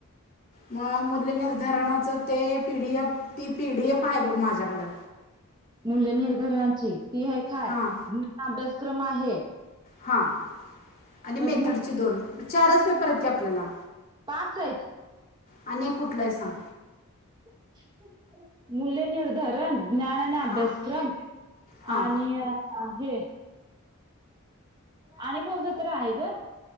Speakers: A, on the left; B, on the right.
A: मग मूल्य निर्धारणाच ते पीडीएफ ती पीडीएफ आहे बघ माझ्याकडं
B: मूल्य निर्धारणाची ती एक हाय
A: हां
B: अन् अभ्यास क्रम आहे
A: हां आणि
B: मग
A: मेथडचे
B: मु
A: दोन चारच पेपर आहेत आपल्याला
B: पाच हायत
A: आणि कुठलाही सांग?
B: <unintelligible> मूल्य निर्धारण ज्ञान आणि
A: हां
B: अभ्यासक्रम
A: हां
B: आणि आहे आणि कोणतं तर आहे ग?